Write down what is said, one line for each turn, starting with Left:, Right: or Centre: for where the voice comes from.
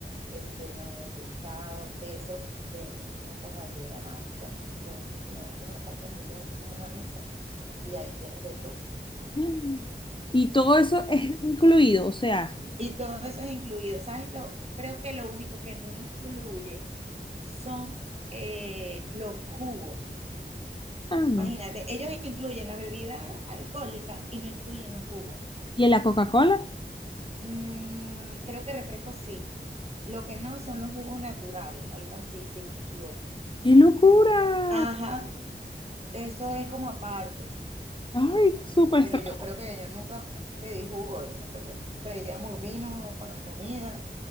Right: este, los embuchados, quesos de 1500 variedades. O sea, buenísimo, buenísimo. Una parte de embutido es así como una mesa y ahí tienes de todo.
Left: <gasps> Y todo eso es incluido, o sea,
Right: Y todo eso es incluido. ¿Sabes? Lo, creo que lo único que no incluye son eh, los jugos.
Left: Ah, no.
Right: Imagínate, ellos incluyen las bebidas alcohólicas y no incluyen los jugos.
Left: ¿Y en la Coca-Cola?
Right: Mm, creo que refrescos sí. Lo que no son los jugos naturales, algo así, si no me equivoco.
Left: ¡Qué locura!
Right: Ajá, eso es como aparte.
Left: ay, súper
Right: Pero
Left: extraño.
Right: yo creo que yo nunca pedí jugo. eh, Nosotros pedíamos vino para la comida